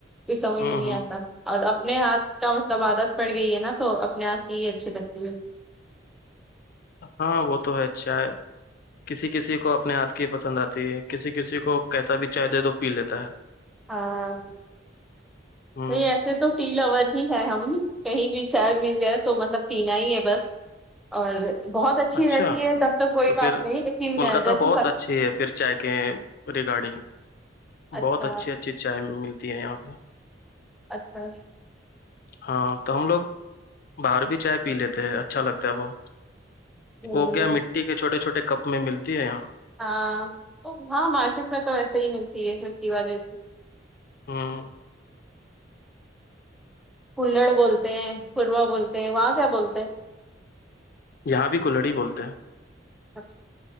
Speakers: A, in the centre; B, on the left (about 55°).
A: کو سمجھ
B: ہوں
A: میں نہیں
B: ہوں
A: آتا اور اپنے ہاتھ تو مطلب عادت پڑھ گئی ہے نا سو اپنے آپ کی یہ اچھی لگتی ہے
B: ہاں وہ تو ہے اچھا ہے کسی کسی کو اپنے ہاتھ کی پسند آتی ہے کسی کسی کو کیسا بھی چائے دے دو پی لیتا ہے
A: ہاں
B: ہ
A: نہیں ایسے تو پیلاور ہی ہے ہم کہیں بھی چائے مل جائے تو مطلب پینا ہی ہے بس اور بہت اچھی
B: اچھا
A: رہتی ہے تب توک کوئی
B: تو پھر
A: بات نہیں لیکن
B: کولکاتہ
A: جیسے
B: بہت
A: سب
B: اچھی ہے پھر چائے کے ریگارڈنگ
A: اچھا
B: بہت اچھی اچھی چائے ملتی ہے یہاں پہ
A: اچھا
B: ہاں تو ہم لوگ باہر بھی چائے پی لیتے ہیں اچھا لگتا ہے بہت
A: ہوں
B: وہ کیا مٹی کے چھوٹے چھوٹے کپ میں ملتی ہے یہاں
A: ہاں ہاں مارکیٹ میں تو ویسے ہی ملتی ہے مھٹی والے
B: ہاں
A: کلہڑ بولتے ہیں کوروا بولتے ہیں واں کیا بولتے ہے
B: جہاں بھی کولڑی بولتے ہیں
A: ہیں